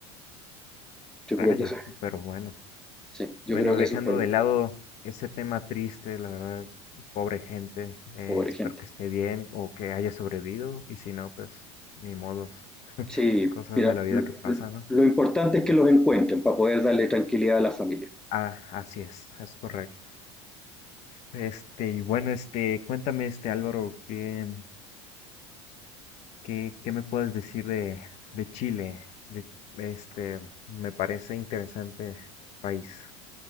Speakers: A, in the centre; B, on the left.
A: yo
B: rayos,
A: creo que eso,
B: pero bueno.
A: sí, yo
B: Bueno,
A: creo
B: dejando
A: que eso fue lo
B: de lado ese tema triste, la verdad, pobre gente, eh,
A: pobre
B: espero
A: gente.
B: que esté bien o que haya sobrevivido, y si no, pues ni modos,
A: Sí,
B: cosas
A: mira,
B: de la vida
A: lo,
B: que pasan, ¿no?
A: lo importante es que los encuentren para poder darle tranquilidad a la familia.
B: Ah, así es, es correcto. Este, y bueno, este, cuéntame, este Álvaro, ¿qué, qué, qué me puedes decir de, de Chile? De, este, me parece interesante país.